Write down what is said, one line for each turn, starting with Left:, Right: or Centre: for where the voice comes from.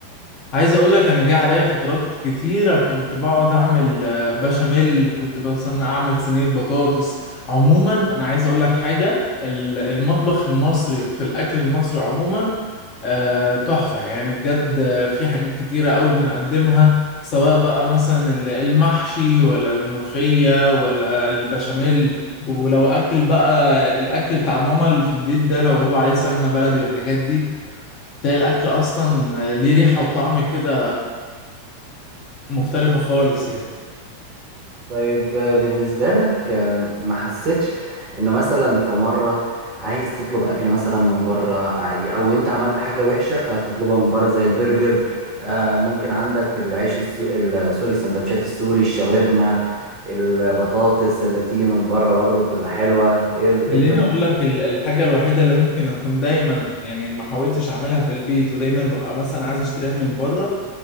Left: عايز اقول لك انا جه عليا فترات كتيره كنت بقعد اعمل آه، بشاميل كنت مثلا اعمل صينيه بطاطس عموما انا عايز اقول لك حاجه ال- المطبخ المصري في الاكل المصري عموما آه، تحفة يعني بجد آه، في حاجات كتيرة أوي بنقدمها سواء بقى مثلا ال- المحشي ولا الملوخية ولا البشاميل ولو أكل بقى الأكل بتاع ماما اللي في البيت ده لو هو عليه سمنة بلدي والحاجات دي تلاقي الأكل أصلا آه، ليه ريحة وطعم كده مختلفة خالص يعني
Right: طيب آه، بالنسبة لك آه، ما حسيتش ان مثلا في مرة عايز تطلب اكل مثلا من بره آه، او انت عملت حاجة وحشة فهتطلبها من بره زي البرجر آه، ممكن عندك العيش السو... ال- سوري السندوتشات السوري الشاورما البطاطس اللي بتيجي من بره برضه بتبقى حلوة ايه ال- إيه
Left: خليني
Right: الدنيا
Left: اقول لك ال- الحاجه الوحيده اللي ممكن اكون دايما يعني ما حاولتش اعملها في البيت ودايما ببقى مثلا عايز اشتريها من بره